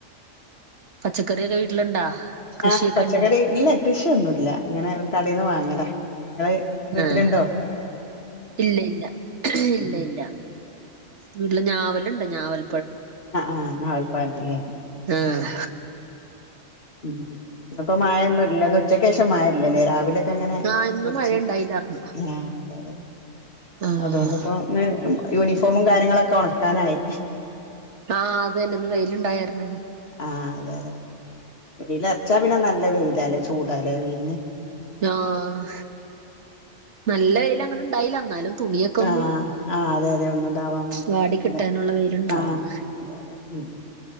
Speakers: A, on the right; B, on the left.
A: പച്ചക്കറിയൊക്കെ വീട്ടിലുണ്ടാ കൃഷിയൊക്കെ
B: ആഹ പച്ചക്കറി
A: ഇണ്ടാ
B: ഇല്ല കൃഷിയൊന്നുല്ല ഇങ്ങനെ കടെന്ന് വാങ്ങല ഇങ്ങള് വീട്ടില്ണ്ടോ
A: ആഹ് ഇല്ല ഇല്ല ഇല്ല
B: ഉം
A: ഇല്ല വീട്ടില് ഞാവലുണ്ട് ഞാവൽ
B: ആ ആ നാവൽ പയം ഇണ്ട്ലെ
A: ആഹ്
B: ശരി ഉ ഇപ്പ മായൊന്നുല്ല ഇന്ന് ഉച്ചക്കേഷം മായല്ലല്ലേ രാ തെങ്ങനെ
A: ആഹ് ഇന്ന്
B: കുറച്ച്
A: മഴ ഉണ്ടായില്ലാർന്നു
B: ആ അതെതെ
A: ആഹ്
B: അതൊണ്ട്പ്പോ ഇന്ന് യൂണിഫോമും കാര്യങ്ങളൊക്കെ ഉണക്കാനായി
A: ആഹ അത് തന്നെ ഇന്ന് വെയിലുണ്ടായാര്ന്ന്
B: ആഹ് അതെ അതെ വെയിലറച്ചാ പിന്നെ നല്ല വെയിലാല്ലേ ചൂടാല്ലേ വെയിൽന്
A: ആഹ നല്ല വൈൽ അങ്ങിട്ട് ഇണ്ടായില്ല ഇന്നാലും തുണിയൊക്കെ ഒന്ന്
B: ആഹ് ആഹ് അതെ അതെ ഒന്നുതാവാൻ വേണ്ടിട്ട്
A: വാടി കിട്ടാനുള്ള
B: അതെ
A: വൈൽണ്ടാർന്ന്
B: ആഹ് അതെ അതെ ഉം